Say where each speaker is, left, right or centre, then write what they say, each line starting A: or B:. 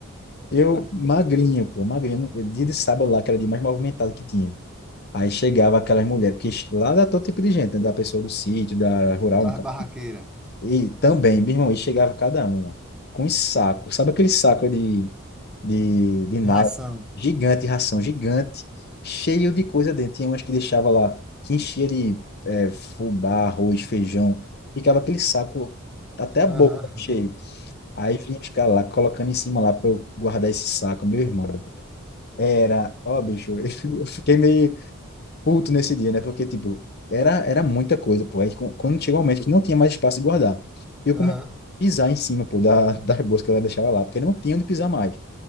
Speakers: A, on the left; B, in the centre.
A: eu magrinho, pô, magrinho, eu- dia de sábado lá, que era o dia mais movimentado que tinha. Aí chegava aquelas mulheres, porque lá dá todo tipo de gente, né, da pessoa do sítio, da rural,
B: Barra
A: no
B: barraqueira,
A: E também, meu irmão, e chegava cada uma com um saco. Sabe aquele saco de, de, de
B: de
A: nylon
B: ração.
A: gigante, ração gigante, cheio de coisa dentro. Tinha umas que deixava lá, que enchia de é, fubá, arroz, feijão. Ficava aquele saco até a boca
B: Aham,
A: cheio. Aí vinha os caras lá, colocando em cima lá para eu guardar esse saco, meu irmão. Era, ó, bicho, <laughs> eu fiquei meio puto nesse dia, né? Porque, tipo, era, era muita coisa, pô. Aí qu- quando chegou um momento que não tinha mais espaço de guardar, eu
B: aham.
A: comecei a pisar em cima, pô, da, <laughs> das bolsas que ela deixava lá, porque não tinha onde pisar mais.